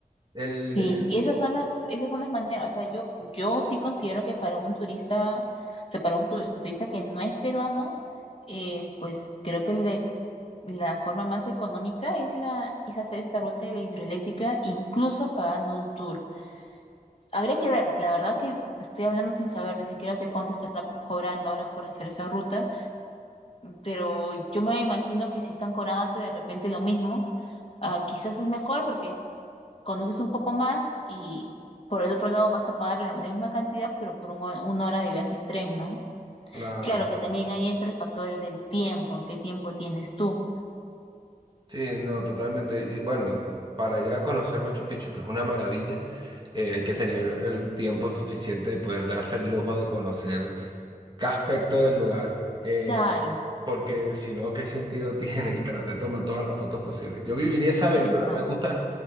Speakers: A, on the right; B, on the left.
A: el,
B: Sí,
A: eh,
B: y esas son las, esas son las maneras, o sea, yo, yo sí considero que para un turista, o sea, para un tu- turista que no es peruano, eh, pues creo que el de La forma más económica es, la, es hacer esta ruta de la hidroeléctrica, incluso pagando un tour. Habría que ver, la verdad que estoy hablando sin saber, ni siquiera sé cuánto estarán cobrando ahora por hacer esa ruta, pero yo me imagino que si están cobrándote de repente lo mismo, ah, quizás es mejor porque conoces un poco más y por el otro lado vas a pagar la, la misma cantidad, pero por un ho- una hora de viaje en tren, ¿no?
A: claro,
B: Claro que también ahí entra el factor del, del tiempo, ¿qué tiempo tienes tú?
A: sí, no, totalmente, y bueno, para ir a conocer Machu Picchu, que es una maravilla, eh, hay que tener el tiempo suficiente de poder darse el lujo de conocer qué aspecto del lugar, eh,
B: Claro,
A: porque si no, ¿qué sentido <laughs> tiene? Y traté de tomar todas las fotos posibles. Yo viviría esa aventura,
B: exacto.
A: me gusta